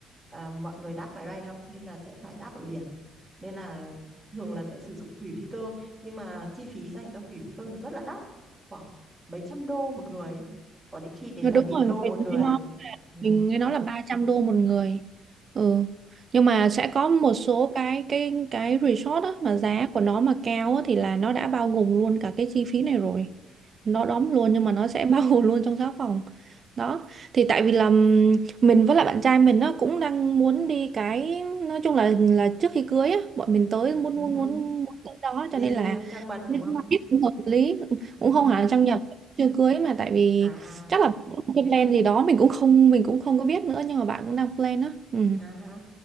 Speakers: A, in the centre; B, on the right.
A: à, mọi người đáp máy bay đâu nên là sẽ phải đáp ở biển nên là thường là sẽ sử dụng thủy phi cơ nhưng mà chi phí dành cho thủy phi cơ nó rất là đắt khoảng mấy trăm đô một người ấy. có đến khi đến
B: Ờ,
A: cả
B: đúng
A: nghìn
B: rồi.
A: đô một người
B: Mình-
A: ấy. Ừ.
B: mình nghe nói là 300 đô một người ừ nhưng mà sẽ có một số cái cái cái resort á mà giá của nó mà cao á, thì là nó đã bao gồm luôn cả cái chi phí này rồi nó đóng luôn nhưng mà nó sẽ <laughs> bao gồm luôn trong giá phòng đó thì tại vì là ừm, mình với lại bạn trai mình nó cũng đang muốn đi cái nói chung là là trước khi cưới á bọn mình tới muốn
A: Ừ.
B: muốn muốn muốn tới đó
A: Đi
B: cho nên là
A: ờ, trăng
B: <laughs>
A: mật đúng
B: nên
A: không?
B: mà biết cũng hợp lý
A: Ừ.
B: cũng không hẳn là trang nhập chưa cưới mà tại vì
A: À à
B: chắc là cái plan gì đó mình cũng không mình cũng không có biết nữa nhưng mà bạn cũng đang plan á ừ.
A: à ha.